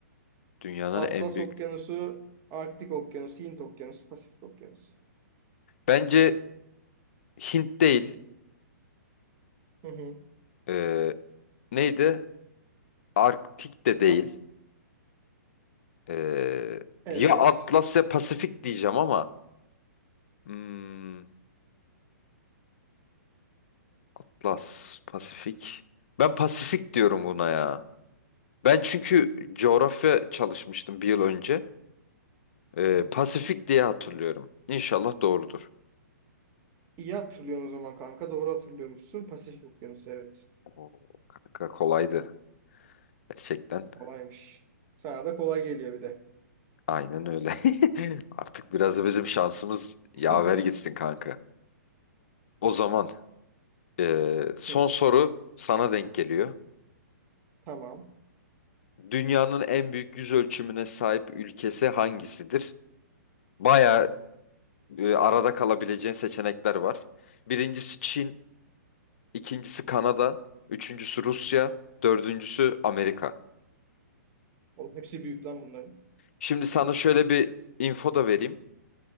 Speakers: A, on the left; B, on the right.
A: Dünyanın
B: Atlas
A: en büyük.
B: Okyanusu, Arktik Okyanusu, Hint Okyanusu, Pasifik Okyanusu.
A: Bence Hint değil.
B: Hı hı.
A: Ee, neydi? Arktik de değil.
B: Pa-
A: Ee,
B: evet.
A: ya Atlas ya Pasifik diyeceğim ama. Hmm, Atlas, Pasifik. Ben Pasifik diyorum buna ya. Ben çünkü coğrafya çalışmıştım bir yıl önce. Ee,
B: Hı hı.
A: Pasifik diye hatırlıyorum. İnşallah doğrudur.
B: İyi hatırlıyorsun o zaman kanka. Doğru hatırlıyormuşsun. Pasifik Okyanusu evet.
A: Oo, kanka kolaydı gerçekten.
B: Kolaymış. Sana da kolay geliyor bir de.
A: Aynen öyle. <laughs> Artık biraz da bizim şansımız
B: <laughs>
A: yaver gitsin kanka. O zaman eee, son
B: Hı,
A: soru sana denk geliyor.
B: tamam.
A: Dünyanın en büyük yüz ölçümüne sahip ülkesi hangisidir? Baya arada kalabileceğin seçenekler var. Birincisi Çin, ikincisi Kanada, üçüncüsü Rusya, dördüncüsü Amerika.
B: Oğlum hepsi büyük lan bunların.
A: Şimdi sana şöyle bir info da vereyim.